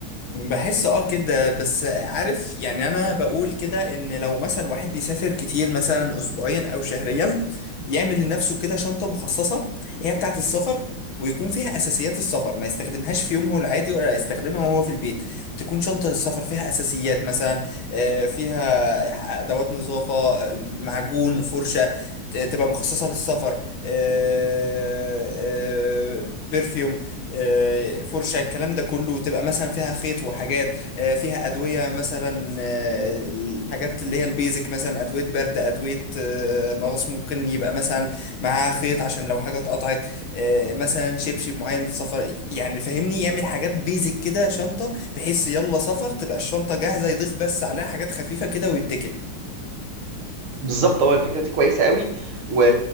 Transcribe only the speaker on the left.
بحس اه كده بس عارف يعني انا بقول كده ان لو مثلا واحد بيسافر كتير مثلا اسبوعيا او شهريا يعمل لنفسه كده شنطة مخصصة هي بتاعة السفر ويكون فيها اساسيات السفر ما يستخدمهاش في يومه العادي ولا يستخدمها وهو في البيت تكون شنطة للسفر فيها اساسيات مثلا آه، فيها ادوات نظافة آه، معجون فرشة ت- تبقى مخصصة للسفر آه، آه، برفيوم آه، فرشة الكلام ده كله تبقى مثلا فيها خيط وحاجات آه، فيها أدوية مثلا آه، الحاجات اللي هي البيزك مثلا أدوية برد أدوية آه، مغص ممكن يبقى مثلا معاها خيط عشان لو حاجة اتقطعت آه، مثلا شبشب معين للسفر يعني فاهمني يعمل حاجات بيزك كده شنطة بحيث يلا سفر تبقى الشنطة جاهزة يضيف بس عليها حاجات خفيفة كده ويتكل